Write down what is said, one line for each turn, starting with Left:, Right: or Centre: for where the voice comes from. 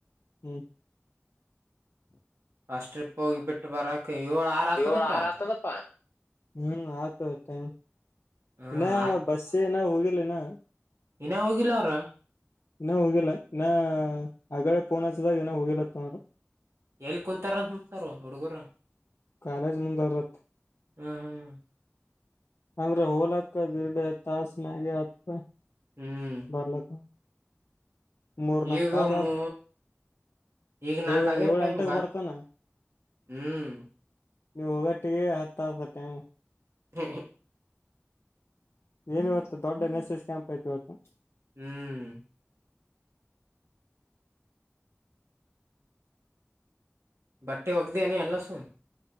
Left: ಹ್ಮ್
Right: ಅಷ್ಟ ಟ್ರಿಪ್ ಹೋಗಿ ಬಿಿಟ್ಟು ಬರಕ ಏಳು ಆರ್ ಆತದಪ್ಪ
Left: ಏಳ್ ಆರ್ ಆತದಪ್ಪಾ ಹ್ಮ್ ಆಯತ ಟೈಮ್
Right: ಹ್ಮ್
Left: ಇನ್ನ ಬಸ್ಸ ಏನ ಹೋಗಿಿಲ್ಲಿನ
Right: ಇನ ಹೋಗಿಲ್ಲ ಅವ್ರ
Left: ಇನ್ನ ಹೋಗಿಲ್ಲ ಇನ್ನ ಆಗಲ್ಲ ಫೋನ್ ಹಚ್ಚಿ ದಾಗ ಏನ ಹೋಗಿಲ್ಲತ್ತನರು
Right: ಎಲ್ಲಿ ಕುೂಂತಾರಂತ ಮಸಾರ ಹುಡುಗರ
Left: ಕಾಲೇಜ್ ಮುಂದರತ್
Right: ಹ್ಮ್ ಹ್ಮ್
Left: ಅಂದ್ರೆ ಹೋಲಕ್ಕ ಬಿರ್ಡೆ ತಾಸ ಮಾಗೆ ಹತ್ತ
Right: ಹ್ಮ್
Left: ಬರ್ಲಕ್ಕ ಮೂರ್ನಾಕ್
Right: ಈಗ
Left: ತಾಸ
Right: ಮೂ ಈಗ ನಾಕ್
Left: ಏಳ
Right: ಆಗ್ಯದ
Left: ಏಳು
Right: ಟೈಮ್ಗ
Left: ಅಂಟಾಗ ಬರ್ತಾನ
Right: ಹ್ಮ್
Left: ನೀವು ಹೋಗಟ್ಟ ಹತ್ತ ಟೈಮ
Right: ಹ್ಮ್ ಹ್ಮ್
Left: ಏನ ಇವತ್ತು ದೊಡ್ಡ ಎನ್ ಎಸ್ ಎಸ್ ಕ್ಯಾಂಪ್ ಆಯತು ಇವತ್ತು
Right: ಹ್ಮ್ ಬಟ್ಟೆ ಒೋಗ್ದನಿ ಎಲ್ಲ ಸು